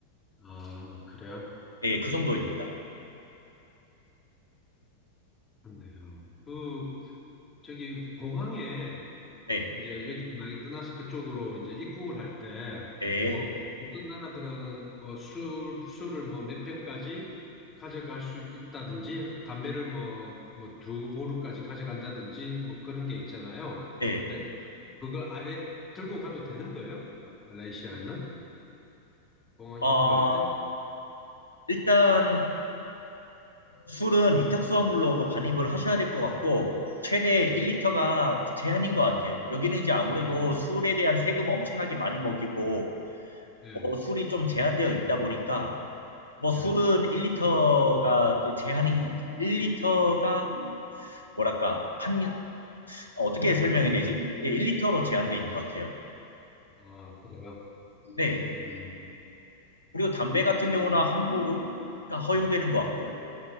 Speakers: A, on the left; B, on the left.
A: 아, 그래요?
B: 네, 그 정도입니다.
A: 음, 그렇네요. 그 저기 공항에
B: 네.
A: 이제 여기 만약에 떠나서 그쪽으로 이제 입국을 할 때,
B: 네.
A: 뭐, 어떤 나라들은 뭐 술, 술을 뭐 몇 병까지 가져갈 수 있다든지, 담배를 뭐, 뭐 두 보루까지 가져간다든지, 뭐 그런 게 있잖아요.
B: 네.
A: 근데 그걸 아예 들고 가도 되는 거예요? 마- 말레이시아에는? 공항
B: 어,
A: 입국할 때?
B: 일단 술은 위탁수화물로 그 반입을 하셔야 될 것 같고, 최대 1리터가 제한인 것 같아요. 여기는 이제 아무래도
A: 예, 어,
B: 술에 대한 세금을 엄청나게 많이 먹이고,
A: 예,
B: 어, 술이 좀 제한되어 있다 보니까, 뭐 술은
A: 예.
B: 1리터가 제한인, 1리터가 뭐랄까, 한, 어떻게 설명해야 되지? 예, 1리터로 제한되어 있는 것 같아요.
A: 아, 그래요?
B: 네.
A: 음,
B: 그리고 담배 같은 경우나 함부로가 허용되는 것 같고,